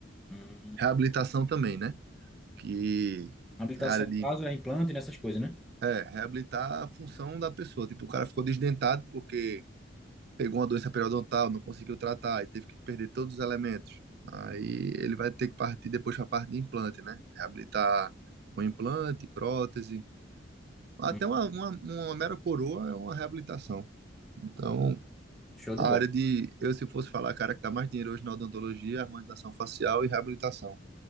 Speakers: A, in the centre; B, on the right.
A: Hum.
B: Reabilitação também, né? Que
A: Habilitação,
B: é a área de
A: no caso, é implante e nessas coisas, né?
B: é, reabilitar a função da pessoa. Tipo, o cara ficou desdentado porque pegou uma doença periodontal, não conseguiu tratar e teve que perder todos os elementos. Aí ele vai ter que partir depois para a parte de implante, né? Reabilitar com implante, prótese. Até
A: Hum.
B: uma, uma, uma mera coroa é uma reabilitação. Então,
A: Show de
B: a
A: bola.
B: área de, eu se fosse falar, cara, que dá mais dinheiro hoje na odontologia, é harmonização facial e reabilitação,